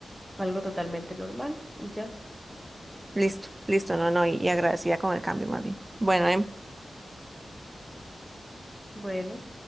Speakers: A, in the centre; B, on the right (about 20°).
A: algo totalmente normal y ya.
B: Listo, listo, no, no, y, y agradecida con el cambio más bien. Bueno, em,
A: Bueno.